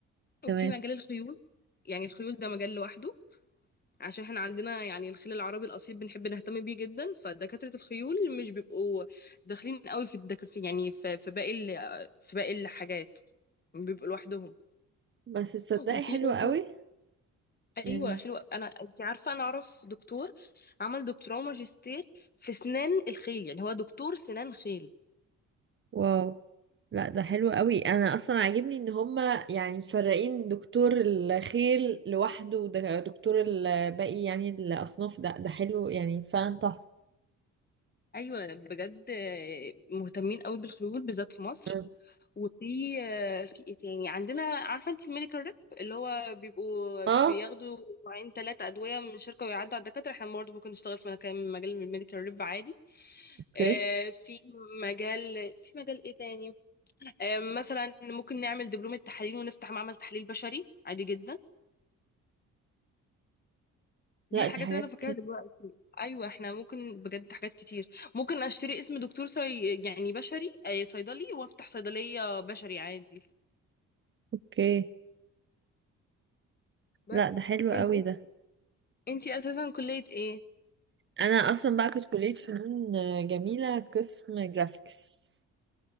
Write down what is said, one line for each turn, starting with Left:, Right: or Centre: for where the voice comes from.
Right: تمام
Left: وفي مجال الخيول يعني الخيول ده مجال لوحده عشان احنا عندنا يعني الخيل العربي الاصيل بنحب نهتم بيه جدا فدكاتره الخيول مش بيبقوا داخلين قوي في الدك... في يعني في, في باقي ال... في باقي الحاجات بيبقوا لوحدهم
Right: بس تصدقي
Left: وفي
Right: حلو
Left: برضو
Right: قوي
Left: ايوه
Right: يعني
Left: حلوه انا انت عارفه انا اعرف دكتور عمل دكتوراه وماجستير في سنان الخيل يعني هو دكتور سنان خيل
Right: واو لا ده حلو قوي انا اصلا عاجبني ان هما يعني مفرقين دكتور الخيل لوحده ودكتور الباقي يعني الاصناف ده ده حلو يعني فعلا تحفه
Left: ايوه بجد مهتمين قوي بالخيول بالذات في مصر
Right: اه
Left: وفي آه، في ايه تاني عندنا عارفه انت الميديكال ريب اللي هو بيبقوا
Right: آه،
Left: بياخدوا نوعين ثلاثه ادويه من الشركه ويعدوا على الدكاتره احنا برضه ممكن نشتغل في مكان مجال الميديكال ريب عادي
Right: اوكي
Left: آه، في مجال في مجال ايه تاني آه، مثلا ممكن نعمل دبلومه تحاليل ونفتح معمل تحليل بشري عادي جدا دي
Right: لا
Left: الحاجات
Right: دي حاجات
Left: اللي انا فاكراها دلوقتي ايوه احنا ممكن بجد حاجات كتير ممكن اشتري اسم دكتور صي... يعني بشري آه، صيدلي وافتح صيدليه بشري عادي
Right: اوكي
Left: بس
Right: لا ده حلو
Left: انت
Right: قوي ده
Left: انتي اساسا كلية ايه
Right: انا اصلا بقى كنت كليه فنون جميله قسم جرافيكس